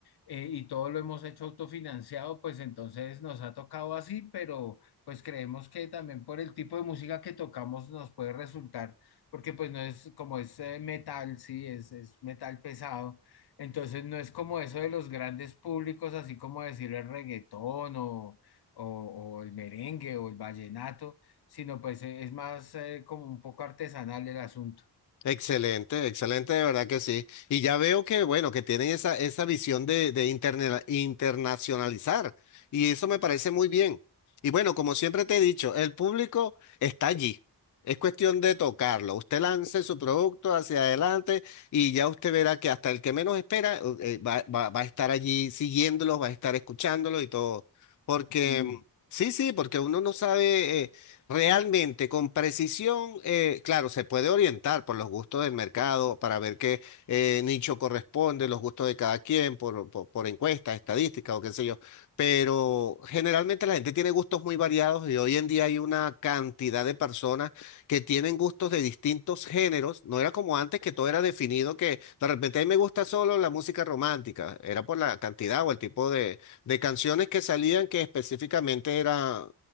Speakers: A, on the left; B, on the left.
A: eh, y todo lo hemos hecho autofinanciado, pues entonces nos ha tocado así, pero pues creemos que también por el tipo de música que tocamos nos puede resultar, porque pues no es como es eh, metal, sí, es, es metal pesado, entonces no es como eso de los grandes públicos, así como decir el reggaetón o, o, o el merengue o el vallenato, sino pues eh, es más eh, como un poco artesanal el asunto.
B: Excelente, excelente, de verdad que sí. Y ya veo que, bueno, que tienen esa, esa visión de, de interne- internacionalizar. Y eso me parece muy bien. Y bueno, como siempre te he dicho, el público está allí. Es cuestión de tocarlo. Usted lance su producto hacia adelante y ya usted verá que hasta el que menos espera eh, va, va- va a estar allí siguiéndolos, va a estar escuchándolos y todo. Porque,
A: Sí,
B: mm, sí, sí, porque uno no sabe. eh, Realmente, con precisión, eh, claro, se puede orientar por los gustos del mercado para ver qué eh, nicho corresponde, los gustos de cada quien, por, por, por encuestas, estadísticas o qué sé yo, pero generalmente la gente tiene gustos muy variados y hoy en día hay una cantidad de personas que tienen gustos de distintos géneros. No era como antes que todo era definido, que de repente a mí me gusta solo la música romántica, era por la cantidad o el tipo de, de canciones que salían que específicamente era